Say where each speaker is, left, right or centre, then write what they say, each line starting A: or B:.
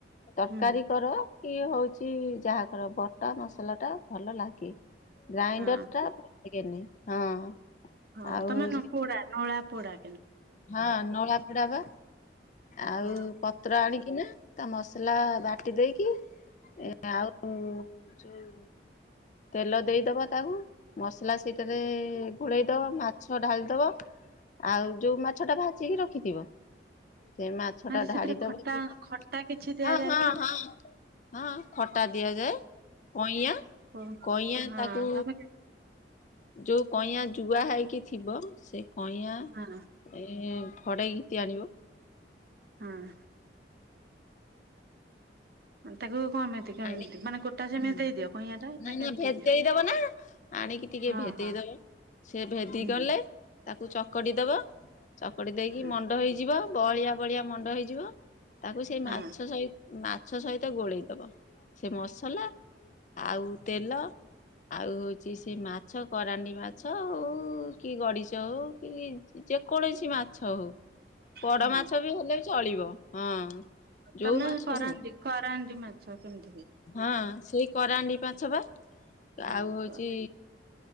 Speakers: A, on the left (about 40°); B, on the right (about 55°).
A: ତରକାରୀ
B: ହୁଁ
A: କର। ଇଏ ହଉଚି ଯାହାକର ବଟା ମସଲା ଟା ଭଲ ଲାଗେ। ଗ୍ରାଇଣ୍ଡର
B: ହଁ
A: ଟା <unintelligible> ହଁ।
B: ହଁ
A: ଆଉ
B: ତମେ
A: ହଉଛି
B: ନ ପୋଡା ନଳା ପୋଡ଼ା
A: ହଁ ନୋଳା ଫୋଡା ପା ଆଉ
B: ହଁ
A: ପତ୍ର ଆଣିକି କିନା ତା ମସଲା ବାଟି ଦେଇକି ଆଉ ଯଉ ତେଲ ଦେଇଦବ ତାକୁ ମସଲା ସେଇ ରେ ଘୋଡ଼େଇ ଦବ ମା ମାଛ ଢାଳିଦବା ଆଉ ଯୋଉ ମା ଛ ଟା ଭାଜିକି ରଖିଥିବ। ସେ ମାଛ
B: ହଁ
A: ଟା
B: ଯେ
A: ଢାଳିଦବ
B: ସେଥିରେ ଖଟା
A: କି
B: ଖଟା କିଛି ଦିଆଯାଏ
A: ହଁ ହଁ
B: ନା ନାହିଁ?
A: ହଁ ହଁ। ଖଟା ଦିଆଯାଏ କଇଁଆ
B: କୁହ
A: କଇଁଆଁ
B: ହଁ
A: ତାକୁ
B: ତମେ କେ
A: ଯୋଉ କଇଁଆ ଜୁଆ ହେଇକି ଥିବ ସେ କଇଁଆ
B: ହଁ
A: ଏ ଫଡେ ଘିତଗ ଆଣିବ।
B: ହଁ। କଁ ତାକୁ କଣମିତି କେମିତି
A: ଆଣି
B: ମାନେ ଗୋଟା ସେମିତି
A: ହୁଁ
B: ଦେଇଦିଅ କଇଁଆଟା ନା
A: ନାଇଁ
B: କେମିତି
A: ନାଁ ଭେଦେଇ
B: ଦିଅ?
A: ଦବ ନାଁ ଆଣିକି ଟିକେ
B: ହଁ
A: ଭେଦେଇ
B: ହଁ
A: ଦବ ସେ ଭେଦିଗଲେ
B: ହୁଁ
A: ତାକୁ ଚକଟି ଦବ ଚକଡ଼ି ଦେଇକି
B: ହଁ
A: ମଣ୍ଡ ହେଇଯିବ। ବହଳିଆ ବଳିଆ ମଣ୍ଡ ହେଇଯିବ। ତାକୁ ସେଇ
B: ହଁ
A: ମାଛ ସହି ଉଁ ମାଛ ସହିତ ଗୋଳେଇଦବ। ସେ ମସଲା ଆଉ ତେଲ ଆଉ ହୋଉଚି ସେ ମାଛ କରାଣ୍ଡି ମାଛ ହୋଉ କି ଗଡ଼ିଶ ହୋଉ କି ଯେ ଯେକୌଣସି ମାଛ ହୋଉ ବଡ଼
B: ହଁ ହଁ
A: ମାଛ ବି ହେଲେ ଚଳିବ ହଁ। ଯୋଉ
B: ତମେ
A: ମାଛ
B: କରଣ୍ଡି
A: ହଉ
B: କରଣ୍ଡି ମାଛ କେମ
A: ହଁ ସେଇ କରାଣ୍ଡି ପାଁଛ ପା।
B: ହଁ
A: ଆଉ ହୋଉଚି
B: କୁହ